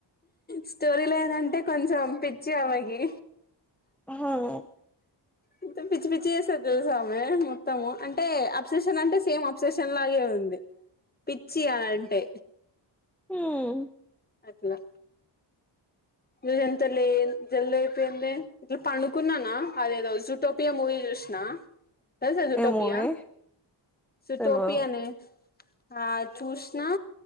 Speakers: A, on the left; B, in the centre.
A: స్టోరీలో దంటే కొంచెం పిచ్చి అమెకి
B: ఉ హుం
A: మొత్తం పిచ్చి పిచ్చిగ చేస్తది తెలుసా ఆమె మొత్తము అంటే అప్సెషన్ అంటే సేమ్ అప్సెషన్ లా అలాగే ఉంది పిచ్చి అలా అంటే
B: హుమ్
A: ఇలా ఈరోజు అంత లేదు జల్ది అయిపోయిందే ఇట్లా పడుకున్నానా అదేదో జూటోపియా మూవీ చూ సినా తెలుసా జుటోపియా
B: ఏ మూవీ
A: సుటోపియానే
B: తెల్వదు
A: ఆ చూసిన